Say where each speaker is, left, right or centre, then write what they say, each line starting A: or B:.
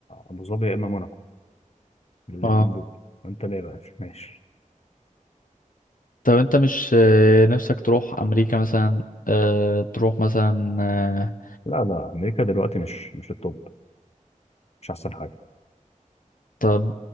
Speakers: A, on the left (about 50°); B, on the left (about 80°).
A: ابو ظبي يا اما موناكو الاثنين
B: اه
A: دول وانت ليه بقى ماشي
B: طب انت مش آه، نفسك تروح امريكا مثلا آه، تروح مثلا آه،
A: لا لا امريكا دلوقتي مش مش التوب مش احسن حاجه
B: طب